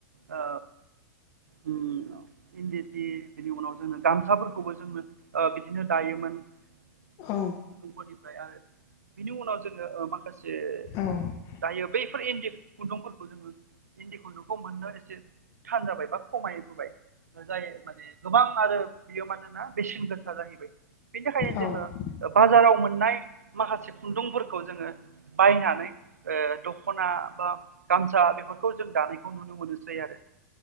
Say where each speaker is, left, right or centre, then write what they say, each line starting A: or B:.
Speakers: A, on the right; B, on the left.
A: ओ उम इन्दि जि बिनि उनाव जोंनो गामसाफोरखौबो जोंनो बिदिनो दायोमोन माखासे
B: औ
A: सुबुंफोरनिफ्राय आरो बिनि उनाव जोङो माखा माखासे
B: औ
A: दायो बैफोर इन्दि खुन्दुंफोरखौ जोङो इन्दि खुन्दुंखौ मोननो एसे थान जाबाय बा खमायबोबाय जाय माने गोबां आरो बियो मानोना बेसेन गोसा जाहैबाय बिनि थाखायनो जोङो
B: औ
A: बाजाराव मोन नाय माखासे खुन्दुंफोरखौ जोङो बायनानै ओ दख'ना बा गामसा बेफोरखौ जों दानायखौ नुनो मोनोसै आरो